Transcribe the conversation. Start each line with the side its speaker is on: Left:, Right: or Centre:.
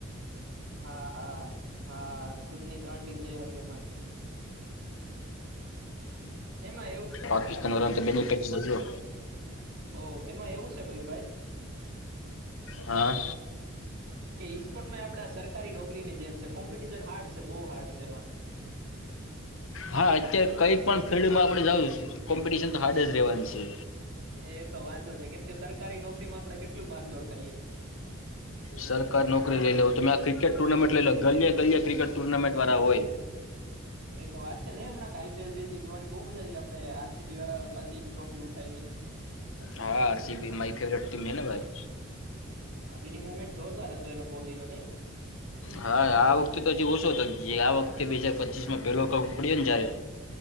Right: હા હા હા ખુદની ત્રણ ટીમ જઈ હકે એમાં એમાં એવું
Left: પાકિસ્તાન
Right: હમ
Left: વાળાને તો બેની કરી જજો
Right: બહ એમાં એવું છે મયુરભાઈ.
Left: હા.
Right: કે ઈસ્પોર્ટમાં આપડા સરકારી નોકરીની જેમ છે કોમ્પિટિશન હાર્ડ છે બહુ હાર્ડ છે એમાં. <inaudible>
Left: હા અત્યારે કઈ પણ ફિલ્ડમાં આપડે જ કોમ્પિટશન તો હાડ જ રવાની છે.
Right: એ તો વાંધો છે કેમ કે સરકારી નોકરીમાં આપડણે કેટલું ભાગદોડ કરીય તો.
Left: સરકાર નોકરી લઈ લે તમે આ ક્રિકેટ ટુર્નામેન્ટ લઈ લ ગલિયા ગલિયા ક્રિકેટ ટુર્નામેન્ટ વાળા હોય.
Right: એ તો વાત છે નહ હમણાં આઈ પી એલ થઈથી જોવાની બઉ મજા આ ગઈ આપે આર સી બી વાળા પાછી ટ્રોફી ઉઠાવી.
Left: હા આર સી બી મારી ફેવરેટ ટીમ હે ને ભાઈ.
Right: હા વિની મુમેન્ટ જોરદાર હતો એનો કોહલી નો નહી.
Left: હા આ વખતે તો હ ઓછો તો જે આ વખતે બે હજાર પચીસ માં પેલો કપ ઉપડ્યો ને જયારે.